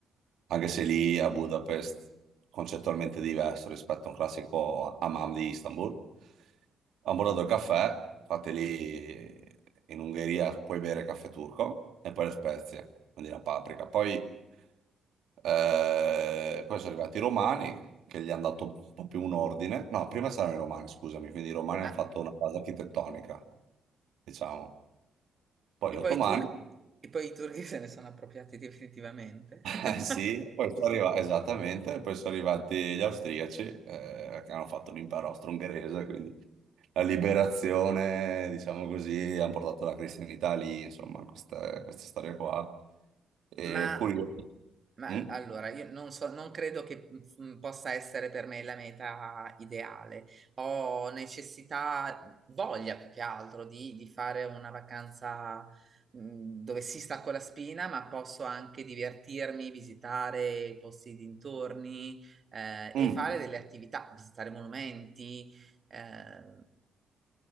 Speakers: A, on the right (about 75°); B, on the right (about 40°).
A: anche se lì a Budapest concettualmente diverso rispetto a un classico hammam di Istanbul. Ho bordato il caffè, fate lì in Ungheria puoi bere caffè turco e poi le spezie, quindi la paprika. Poi, eh, poi sono arrivati i romani che gli hanno dato un po' più un ordine. No, prima c'erano i romani, scusami, quindi i romani
B: Ah,
A: hanno fatto una base architettonica, diciamo. Poi
B: e
A: gli ottomani,
B: poi i tur- e poi i turchi se ne sono appropriati definitivamente.
A: <laughs>
B: <laughs>
A: eh sì, e poi sono arrivati, esattamente, e poi sono arrivati gli austriaci eh, che hanno fatto l'impero austro-ungherese, quindi la liberazione, diciamo così, hanno portato la cristianità lì, insomma, questa, questa storia qua. E
B: Ma,
A: curioso.
B: ma
A: Mm?
B: allora, io non so, non credo che mm, possa essere per me la meta ideale. Ho necessità, voglia più che altro di, di fare una vacanza mm, dove si stacco la spina, ma posso anche divertirmi, visitare i posti dintorni eh,
A: Mm,
B: e fare delle attività, visitare monumenti. eh,